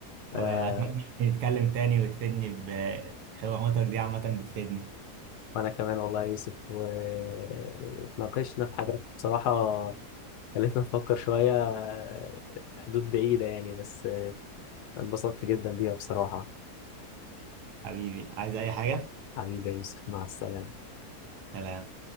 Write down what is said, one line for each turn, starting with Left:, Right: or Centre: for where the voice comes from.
Left: آه
Right: وأتمنى نتكلم تاني وتفيدني بحواراتك دي عامة بتفيدني
Left: وانا كمان والله يا يوسف واتناقشنا في حاجات بصراحة خلتنا نفكر شوية آه، حدود بعيدة يعني بس آه، انبسطت جدا بيها بصراحة
Right: حبيبي عايز أي حاجة؟
Left: حبيبي يا يوسف مع السلامة
Right: سلام